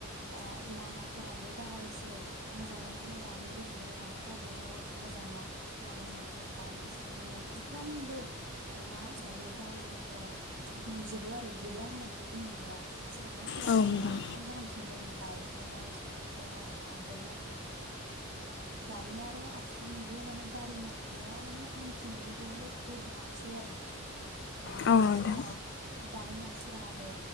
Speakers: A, on the right; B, on the left.
A: ओ लामाफोराबो बारा एसे मोजां नङामोन दानि रुजुनायाव दाथ बहुद मोजांना गारि, मथर, बाइक, स्कुटि नखरफ्रामबो ओ मा दायो गारि मथर दंजोबो आरो गैया होननानै बुंनो हाया। सोरहाबा सोरहाबाथ
B: औ नोंथां
A: गंथाम गाहाम दङ बाइक दङ स्कुटि दङ कार दङ दानि आरो आथिखाल मुगायाव माने गारि मथर गैयाब्ला माने हान्थिनोनो बुहुद गोब्राबसै आरो। दानि
B: औ
A: मानसिफोरा
B: नोंथां
A: दानि मानसिफ्रा आरो